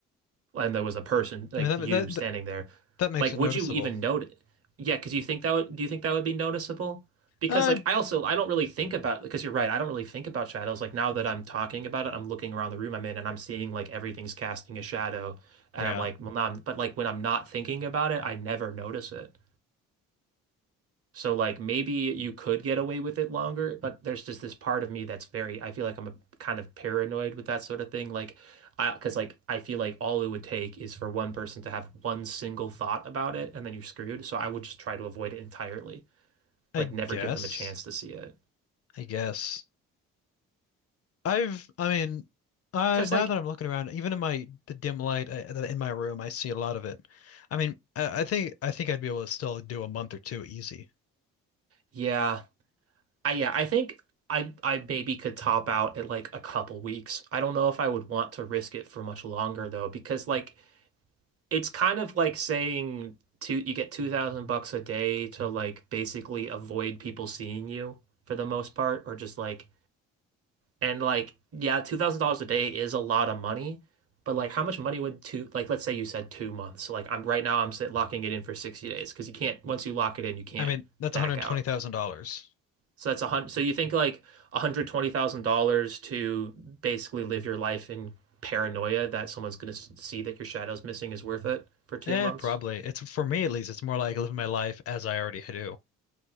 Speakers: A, on the right (about 50°); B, on the left (about 50°).
A: and there was a person like
B: I mean
A: you
B: that that
A: standing
B: that,
A: there,
B: that makes
A: like
B: it
A: would
B: noticeable.
A: you even notice? Yeah, because you think that would do you think that would be noticeable? Because
B: Uh,
A: like I also I don't really think about because you're right, I don't really think about shadows. Like now that I'm talking about it, I'm looking around the room I'm in and I'm seeing like everything's casting a shadow and
B: yeah,
A: I'm like, well, nah, but like when I'm not thinking about it, I never notice it. So like maybe you could get away with it longer, but there's just this part of me that's very, I feel like I'm a, kind of paranoid with that sort of thing. Like I, because like I feel like all it would take is for one person to have one single thought about it and then you're screwed. So I would just try to avoid it entirely.
B: I
A: Like never
B: guess.
A: give them a chance to see it.
B: I guess. I've, I mean, uh,
A: Cause
B: now
A: like,
B: that I'm looking around, even in my the dim light uh, that- in my room, I see a lot of it. I mean, I, I think I think I'd be able to still do a month or two easy.
A: yeah, I yeah, I think I I maybe could top out at like a couple weeks. I don't know if I would want to risk it for much longer though, because like it's kind of like saying two you get 2000 bucks a day to like basically avoid people seeing you for the most part or just like and like yeah $2000 a day is a lot of money but like how much money would two like let's say you said two months So like I'm right now I'm sit locking it in for 60 days because you can't once you lock it in you can't
B: I mean, that's
A: back
B: $120,000.
A: out so that's a hundred so you think like $120,000 to basically live your life in paranoia that someone's going to see that your shadow's missing is worth it for two
B: Eh,
A: months
B: probably. It's for me at least, it's more like living my life as I already do.